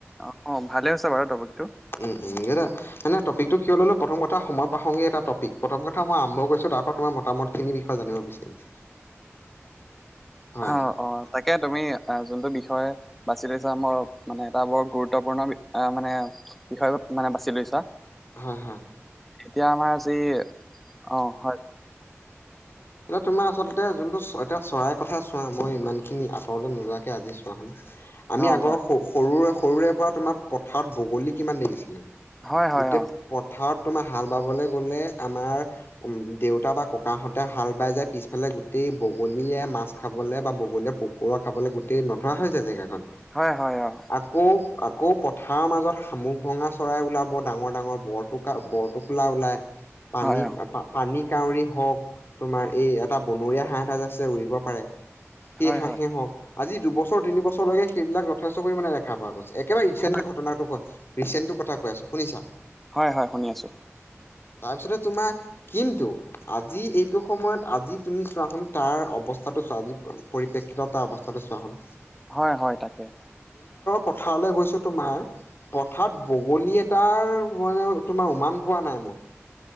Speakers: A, in the centre; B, on the left.
A: অ ভালে আছে বাৰু টপিকটো
B: উম উম এটা মানে টপিক টো কিয় ললো প্ৰথম কথা সময় প্ৰসংগ এ টপিক প্ৰথম কথা মইম্ভ কৰিছো তাৰ পৰা তোমাৰ মতামত খিনি বিষয়ে জানিব বিচাৰিম হয়
A: অ অ তাকে তুমি যোনটো বিষয়ে বাচি লৈছা মই মানে এটা বৰ গুৰুত্বপূৰ্ণ মানে বিষয় মানে বাছি লৈছ
B: হয় হয়
A: এতিয়া আমাৰজি অ হয়
B: এতিয়া তোমাৰ আচলতে যোনটো এতিয়া চৰাই কথা চোৱা মই ইমান খিনি আঁতৰলে নোযোৱাকে আজি চোৱা হন আমি
A: অ
B: আগৰ
A: হয়
B: সৰুৰে সৰুৰে পৰা তোমাৰ পথাৰত বগলী কিমান দেখিছিলো
A: হয় হয়
B: গোট
A: অ
B: পথাৰত তোমাৰ হাল বাবলৈ গ'লে আমাৰ উম দেউতা বা ককাহঁত এটা হাল বাই যায় পিছফালে গোটেই বগলীয়ে মাছ খাবলৈ বা বগলীয়ে পোক পৰুৱা খাবলৈ গোটেই নধৰা হৈছে য জেগাখন
A: হয় হয় অ
B: আকৌ আকৌ পথাৰৰ মাজত শামুক ভঙা চৰাই ওলাব ডাঙৰ ডাঙৰ বৰটোকা বৰটোকোলা ওলায় পানী
A: হয় অ
B: পানী কাউৰী হওক তোমাৰ এই এটা বনৰীয়া হাঁহ এটাজ আছে উৰিব পাৰে সেই
A: হয়
B: হাঁহেই
A: হয়
B: হওক আজি দুবছৰ তিন বছৰলৈকে সেইবিলাক যথেষ্ট পৰিমাণে দেখা পোৱা গৈছে একেবাৰে ৰিচেণ্ট
A: হয়
B: ঘটনাটো কয় ৰিচেণ্টটো কথা কৈ আছো শুনিছা
A: হয় হয় শুনি আছোঁ
B: তাৰপিছতে তোমাৰ কিন্তু আজি এই সটো সময়ত আজি তুমি চোৱা হুোন তাৰ অৱস্থাটো চোৱা আজি পৰিপ্ৰেক্ষিতত তাৰ অৱস্থাটো চোৱা হুোন
A: হয় হয় তাকে
B: পথাৰলৈ গৈছো তোমাৰে পথাৰত বগলী এটাৰ মানে তোমাৰ উমান পোৱা নাই মোৰ